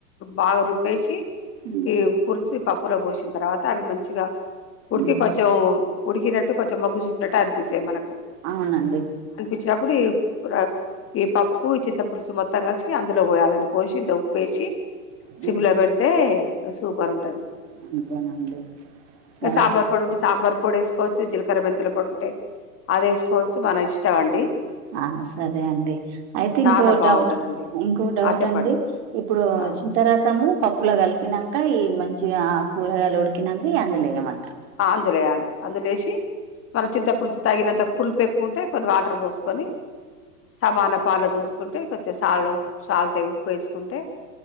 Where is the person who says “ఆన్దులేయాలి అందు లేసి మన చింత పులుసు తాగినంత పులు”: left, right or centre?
Left